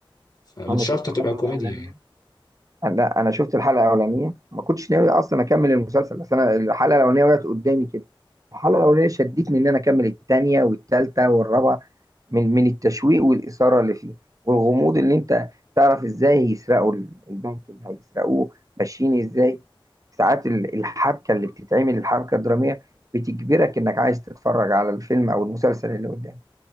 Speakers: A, on the left (about 50°); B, on the right (about 40°).
A: فمش
B: أنا شفت
A: شرط
B: الحلقة
A: تبقى كوميديا
B: الأولانية
A: يعني
B: لا أنا شفت الحلقة الأولانية ما كنتش ناوي أصلا أكمل المسلسل بس أنا الحلقة الأولانية وقعت قدامي كده الحلقة الأولانية شدتني إن أنا أكمل التانية والتالتة والرابعة من من التشويق والإثارة اللي فيه والغموض اللي أنت تعرف إزاي هيسرقوا ال- البنك اللي هيسرقوه ماشيين إزاي ساعات ال- الحبكة اللي بتتعمل الحبكة الدرامية بتجبرك إنك عايز تتفرج على الفيلم أو المسلسل اللي قدامك